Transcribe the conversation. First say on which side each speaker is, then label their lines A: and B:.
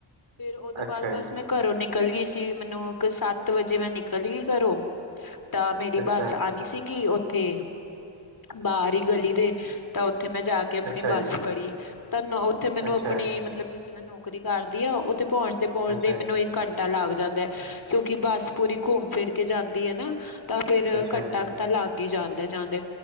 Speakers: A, on the left; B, on the right.
A: ਫੇਰ ਉਹਦੋਂ
B: ਅੱਛਾ
A: ਬਾਅਦ ਬਸ
B: ਜੀ
A: ਮੈਂ ਘਰੋਂ ਨਿਕਲ ਗਈ ਸੀ, ਮੈਨੂੰ ਸੱਤ ਵਜੇ ਮੈਂ ਨਿਕਲ ਗਈ ਘਰੋਂ ਤਾਂ ਮੇਰੀ
B: ਅੱਛਾ
A: ਬੱਸ ਆਣੀ ਸੀਗੀ ਉੱਥੇ ਬਾਹਰ ਹੀ ਗਲੀ ਦੇ ਤਾਂ ਉੱਥੇ ਮੈਂ ਜਾ ਕੇ ਆਪਣੀ
B: ਅੱਛਾ
A: ਬੱਸ
B: ਜੀ
A: ਫੜੀ, ਤਾਂ ਨੋ ਉੱਥੇ ਮੈਨੂੰ
B: ਅੱਛਾ
A: ਆਪਣੀ ਮਤਲਬ ਜਿੱਥੇ ਮੈਂ ਨੌਕਰੀ ਕਰਦੀ ਹਾਂ ਉੱਥੇ ਪੁੰਚਦੇ ਪਹੁੰਚਦੇ
B: ਅੱਛਾ ਜੀ
A: ਮੈਨੂੰ ਘੰਟਾ ਲੱਗ ਜਾਂਦਾ ਐ ਕਿਉਂਕਿ ਬੱਸ ਪੂਰੀ ਘੁੰਮ ਫਿਰ ਕੇ ਜਾਂਦੀ ਐ ਨਾ ਤਾਂ ਫਿਰ
B: ਅੱਛਾ
A: ਘੰਟਾ
B: ਜੀ
A: ਕ ਤਾਂ ਲੱਗ ਹੀ ਜਾਂਦੇ